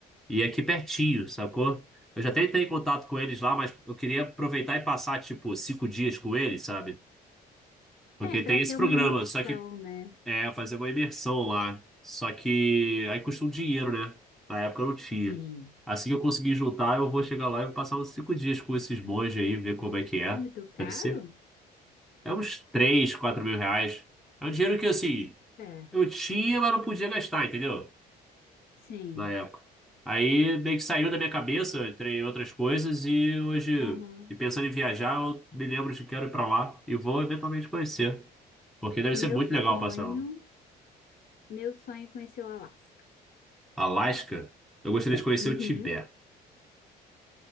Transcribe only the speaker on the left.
É, para
ter
uma imersão,
né?
Sim.
É muito caro?
É,
sim.
Aham.
Meu
sonho,
meu sonho é conhecer o Alasca.
Uhum.